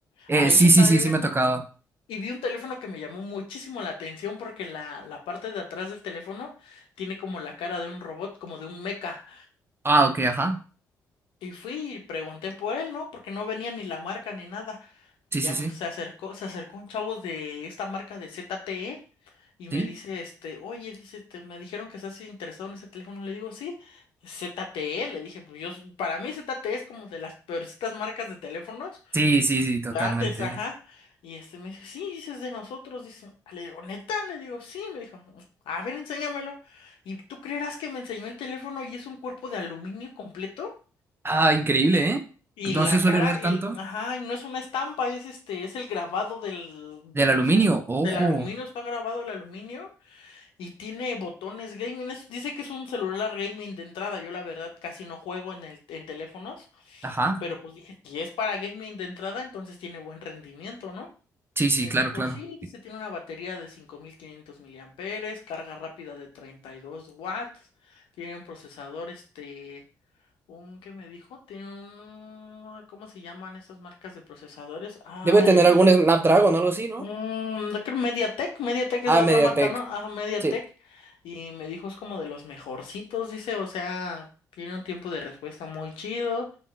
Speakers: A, on the right; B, on the left.
A: eh,
B: Ahí
A: sí,
B: estaba
A: sí, sí,
B: yo
A: sí,
B: viendo
A: me ha tocado.
B: y vi un teléfono que me llamó muchísimo la atención porque la, la parte de atrás del teléfono tiene como la cara de un robot, como de un meca.
A: Ah, ok, ajá,
B: Y fui y pregunté por él, ¿no? Porque no venía ni la marca ni nada. Y
A: sí,
B: ya
A: sí,
B: me-
A: sí,
B: se acercó, se acercó un chavo de esta marca de ZTE Y me
A: sí,
B: dice, este, oye, dice, este, me dijeron que estás interesado en ese teléfono. Le digo, sí, ZTE. Le dije, pues yo, s- para mí ZTE es como de las peorcitas marcas de teléfonos.
A: sí, sí, sí, totalmente.
B: la Antes, ajá. Y este me dice, sí, dices de nosotros. Dice, le digo, neta, le digo, sí. Me dijo, a ver, enséñamelo. Y tú creerás que me enseñó el teléfono y es un cuerpo de aluminio completo.
A: Ah, increíble, ¿eh?
B: Y
A: No
B: la
A: se suele
B: cara,
A: ver
B: y,
A: tanto.
B: l- ajá, y no es una estampa, es este, es el grabado del,
A: Del
B: de-
A: aluminio,
B: o sea, es
A: ojo,
B: del aluminio, está grabado el aluminio. Y tiene botones gaming. es- dice que es un celular gaming de entrada. Yo la verdad casi no juego en el, en teléfonos.
A: ajá,
B: Pero pues dije, si es para gaming de entrada, entonces tiene buen rendimiento, ¿no?
A: sí, sí,
B: Y me
A: claro,
B: dijo,
A: claro.
B: sí, dice, tiene una batería de 5500 miliamperes, carga rápida de 32 watts, tiene un procesador, este, un, ¿qué me dijo? Tiene un, ¿cómo se llaman estas marcas de procesadores? Ay,
A: Debe tener
B: ay,
A: algún
B: ay.
A: Snapdragon o algo así, ¿no?
B: Mm, yo creo Mediatek, Mediatek
A: Ah,
B: es la
A: Mediatek.
B: otra marca, ¿no? Ajá, Mediatek.
A: Sí.
B: Y me dijo es como de los mejorcitos, dice, o sea, tiene un tiempo de respuesta muy chido.